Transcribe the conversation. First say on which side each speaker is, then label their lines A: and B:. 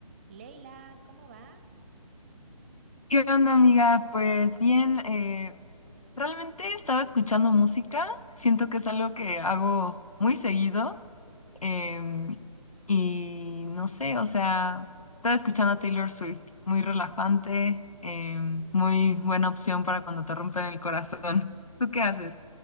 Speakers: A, on the right (about 20°); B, on the left (about 65°).
A: Leila, ¿cómo va?
B: ¿Qué onda, amiga? Pues bien, eh, realmente estaba escuchando música. Siento que es algo que hago muy seguido. em, y no sé, o sea, estaba escuchando a Taylor Swift. Muy relajante, em, muy buena opción para cuando te rompen el corazón. <laughs> ¿Tú qué haces?